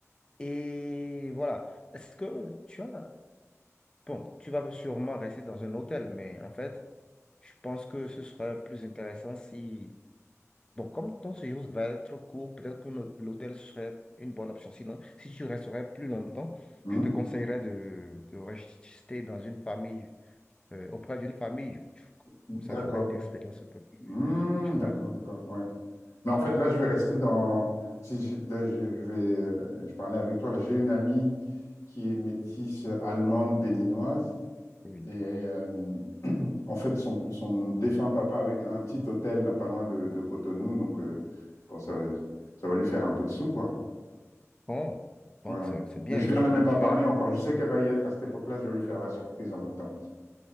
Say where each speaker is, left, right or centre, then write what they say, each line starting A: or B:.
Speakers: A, on the left; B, on the left.
A: Et voilà. Est-ce que tu as Bon, tu vas sûrement rester dans un hôtel, mais en fait, je pense que ce serait plus intéressant si... Bon, comme ton séjour va être court, peut-être que le- l'hôtel serait une bonne option. Sinon, si tu resterais plus longtemps,
B: Hmm,
A: je te conseillerais de, de rester dans une famille, euh, auprès d'une famille. Tu-
B: D'accord.
A: Comme ça, tu aurais une expérience un peu plus,
B: Hmm,
A: tu vois.
B: D'accord, d'accord. Ouais. Mais en fait, là, je vais rester dans. Si je, là, je, je vais, euh, je parlais avec toi. Là, j'ai une amie qui est métisse euh, allemande béninoise.
A: Oui.
B: Et euh, en fait, son, son défunt papa avait un petit hôtel là, pas loin de, de Cotonou. Donc, euh, bon, ça, va- ça va lui faire un peu de sous, quoi.
A: Bon, donc
B: Ouais, ouais.
A: c'est c'est bien,
B: Mais je lui en
A: c'est
B: ai même
A: bien
B: pas
A: de faire.
B: parlé encore. Je sais qu'elle va y être à cette époque-là. Je vais lui faire la surprise en même temps.